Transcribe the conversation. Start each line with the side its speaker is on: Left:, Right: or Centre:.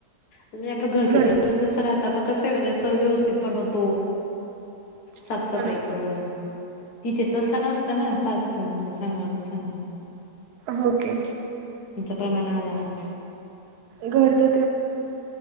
Left: म्हणजे आपलं घरच
Right: घर
Left: जीवन जसं राहात ण कसं आहे म्हणजे अस व्यवस्थित पण होतो साफसफाई
Right: हो ना
Left: करून तिथे तसं नसतं ना फास्ट फलणजे सांगा कस सांगा
Right: होके
Left: प्रमाणाला <unintelligible>
Right: घरचं